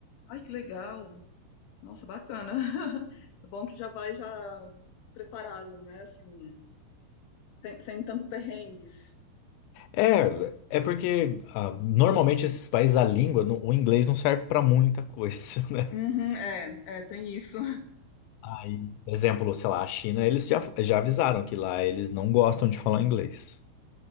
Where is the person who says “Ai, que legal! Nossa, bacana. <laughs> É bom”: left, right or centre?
Left